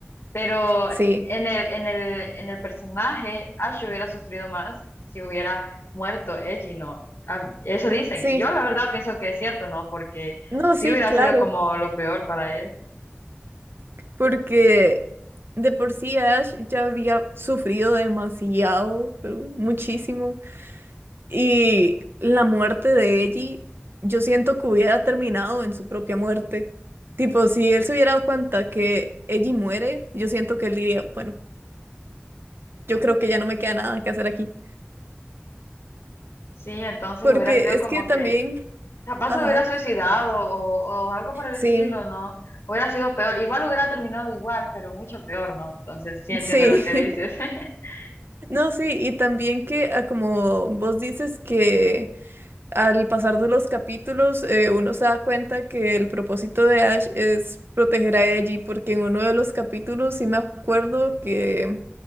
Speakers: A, on the left; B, on the right.
A: Pero
B: sí,
A: en el, en el, en el personaje, Ash hubiera sufrido más si hubiera muerto Eiji, ¿no? Am- Eso dicen.
B: sí.
A: Yo la verdad pienso que es cierto, ¿no? Porque
B: No,
A: sí
B: sí,
A: hubiera
B: claro.
A: sido como lo peor para él.
B: Porque de por sí Ash ya había sufrido demasiado, pero muchísimo. Y la muerte de Ellie, yo siento que hubiera terminado en su propia muerte. Tipo, si él se hubiera dado cuenta que Ellie muere, yo siento que él diría, bueno, yo creo que ya no me queda nada que hacer aquí.
A: Sí, entonces
B: Porque
A: hubiera sido
B: es
A: como
B: que también,
A: que capaz
B: ajá,
A: se hubiera suicidado o, o algo por el
B: sí,
A: estilo, ¿no? Hubiera sido peor. Igual hubiera terminado igual, pero mucho peor, ¿no? Entonces sí entiendo
B: sí,
A: lo que dices. <laughs>
B: <laughs> no, sí, y también que ah, como vos dices que al pasar de los capítulos eh, uno se da cuenta que el propósito de Ash es proteger a Ellie, porque en uno de los capítulos sí me acuerdo que...